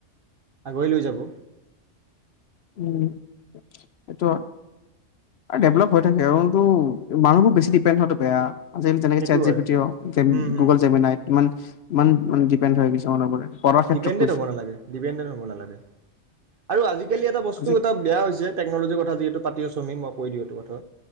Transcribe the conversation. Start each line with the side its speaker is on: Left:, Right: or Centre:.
Right: আগুৱাই লৈ যাব।
Left: উম, সেইটো হয় আৰু ডেভলপ হৈ থাকে কাৰনটো মানুহবোৰ বেছি ডিপেণ্ড হোৱাটো বেয়া। আজি কালি যেনেকে
Right: সেইটো
Left: চেট
Right: হয়
Left: জিপিটি হওক
Right: উম, হুম,
Left: গুগ'ল জেমিনায় ইমান ইমান ডিপেণ্ড হৈ গৈছে মানুহবোৰে। পঢ়াৰ ক্ষেত্ৰত
Right: ডিপেণ্ডেট
Left: কৈছো
Right: হ'ব নালাগে ডিপেণ্ডেণ্ট হ'ব নালাগে। আৰু আজি আজিকালি বস্তু
Left: আজি
Right: এটা বেয়া হৈছে, টেনলজি আজি হেতু পাতি আছো আমি, মই কৈ দিওঁ এইটো কথা